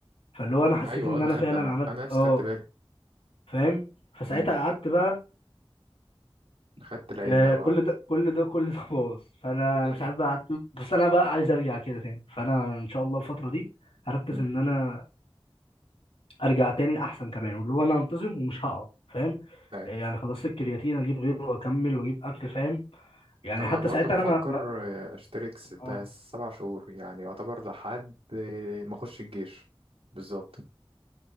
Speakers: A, on the left (about 80°); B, on the right (about 85°).
A: فاللي هو انا حسيت
B: ايوه
A: ان
B: انا
A: انا
B: خدت
A: فعلا
B: انا
A: عملت
B: انا نفسي
A: اه
B: خدت بالي
A: فاهم فساعتها
B: امم
A: قعدت بقى
B: خدت العين
A: آه،
B: بقى وقعدت
A: كل ده كل ده كل ده باظ فانا
B: <laughs>
A: مش عارف بقى قعدت بس انا بقى عايز ارجع كده تاني فانا ان شاء الله الفتره دي هركز
B: امم
A: ان انا ارجع تاني احسن كمان واللي هو انا انتظم ومش هقعد فاهم
B: ايوه
A: آه، يعني خلاص الكرياتين اجيب غيره واكمل واجيب اكل فاهم يعني
B: انا
A: حتى
B: برضه
A: ساعتها
B: بفكر
A: انا ما, ما...
B: آه، اشترك ستة
A: اه
B: سبع شهور يعني يعتبر لحد آه، ما اخش الجيش بالظبط